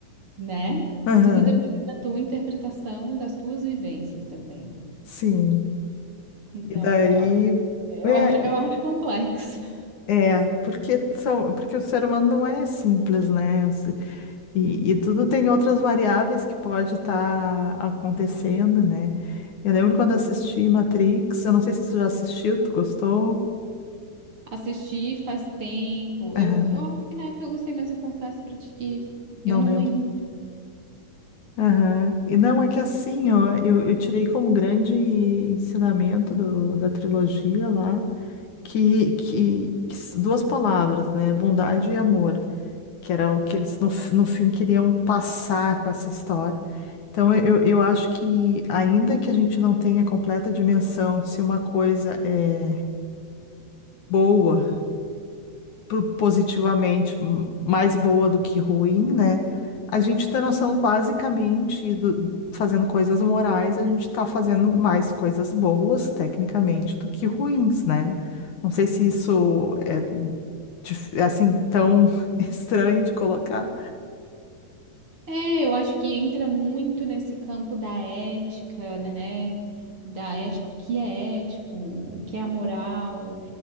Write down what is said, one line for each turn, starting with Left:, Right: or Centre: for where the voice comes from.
Right: né?
Left: aham,
Right: Tudo depende da tua interpretação, das tuas vivências também.
Left: sim.
Right: Então,
Left: E daí.
Right: é-
Left: É,
Right: eu acho, eu acho complexo. <laughs>
Left: é, porque são, porque o ser humano não é simples, né? Se- E, e tudo tem outras variáveis que pode estar acontecendo, né? Eu lembro quando assisti Matrix, eu não sei se tu já assistiu, tu gostou?
Right: Assisti faz tempo.
Left: Aham,
Right: Eu, eu acho que na época eu gostei, mas eu confesso pra ti que
Left: não
Right: eu não
Left: lembro.
Right: lembro.
Left: Aham. E não, é que assim, ó, eu, eu tirei como grande ensinamento do, da trilogia lá, que, que, que s- duas palavras, né? Bondade e amor, que era o que eles no, f- no fim queriam passar com essa história. Então, eu, eu acho que, ainda que a gente não tenha completa dimensão de se uma coisa é boa, pro- positivamente m- mais boa do que ruim, né? A gente tem noção, basicamente, do, fazendo coisas morais, a gente está fazendo mais coisas boas, tecnicamente, do que ruins, né? Não sei se isso é, dif- é, assim tão <laughs> estranho de colocar.
Right: É, eu acho que entra muito nesse campo da ética, né? Da ética, o que é ético, o que é amoral.